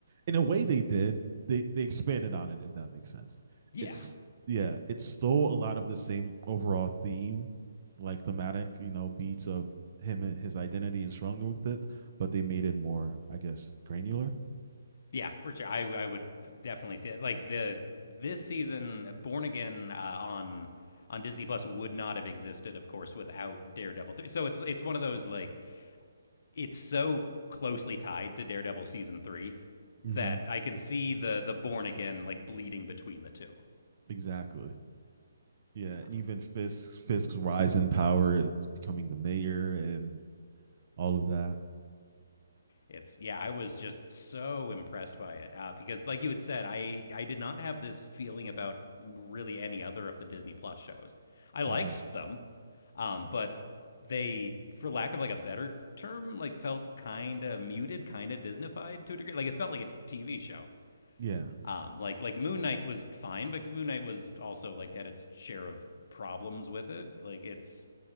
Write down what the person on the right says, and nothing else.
in a way, they did. They they expanded on it, if that makes sense.
It's
yeah, it's still a lot of the same overall theme, like thematic, you know, beats of him and his identity and struggling with it, but they made it more, I guess, granular.
Mm-hmm.
Exactly. Yeah, and
even Fisk Fisk's rise in power and becoming the mayor and all of that.
Mm-hmm.
Yeah,